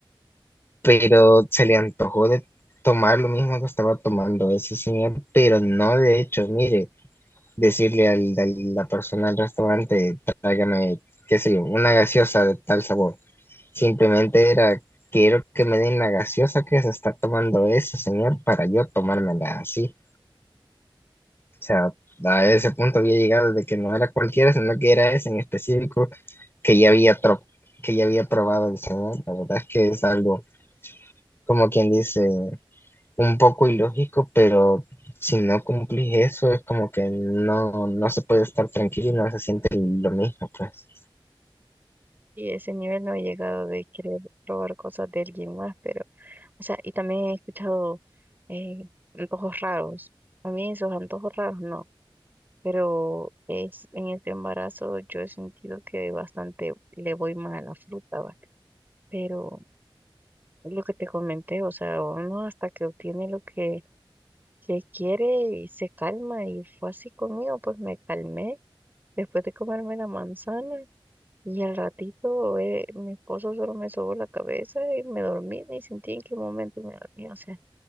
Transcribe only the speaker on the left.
pero se le antojó de tomar lo mismo que estaba tomando ese señor, pero no de hecho, mire, decirle al, a la persona del restaurante, tráigame, qué sé yo, una gaseosa de tal sabor. Simplemente era, quiero que me den la gaseosa que se está tomando ese señor para yo tomármela así. O sea, a ese punto había llegado de que no era cualquiera, sino que era ese en específico que ya había, tro- que ya había probado el señor. La verdad es que es algo, como quien dice, un poco ilógico, pero si no cumplís eso, es como que no, no se puede estar tranquilo y no se siente lo mismo, pues.